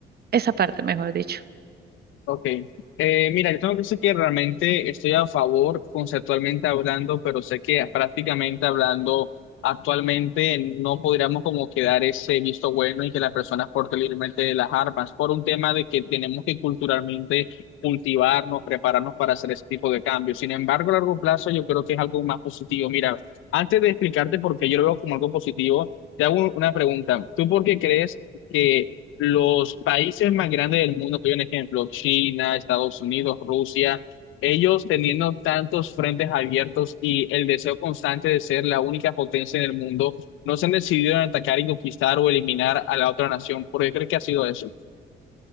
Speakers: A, on the right; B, on the left.
A: esa parte, mejor dicho.
B: Ok, Eh, mira, yo tengo que decir que realmente estoy a favor conceptualmente hablando, pero sé que prácticamente hablando actualmente no podríamos como quedar ese visto bueno y que las personas porten libremente las armas por un tema de que tenemos que culturalmente cultivarnos, prepararnos para hacer ese tipo de cambios. Sin embargo, a largo plazo yo creo que es algo más positivo. Mira, antes de explicarte por qué yo lo veo como algo positivo, te hago una pregunta. ¿Tú por qué crees? que los países más grandes del mundo, que hay un ejemplo, China, Estados Unidos, Rusia, ellos teniendo tantos frentes abiertos y el deseo constante de ser la única potencia en el mundo, no se han decidido en atacar y conquistar o eliminar a la otra nación, ¿Por qué creo que ha sido eso.